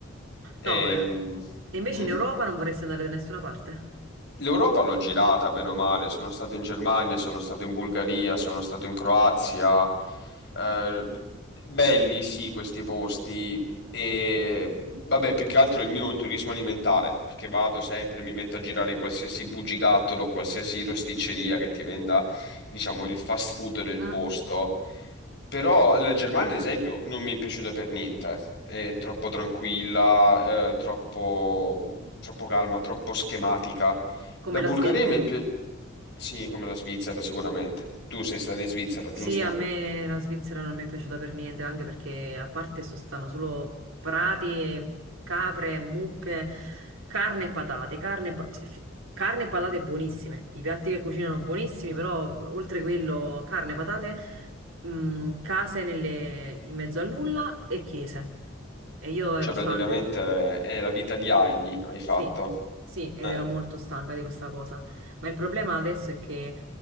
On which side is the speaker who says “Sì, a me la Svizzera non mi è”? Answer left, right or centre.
Right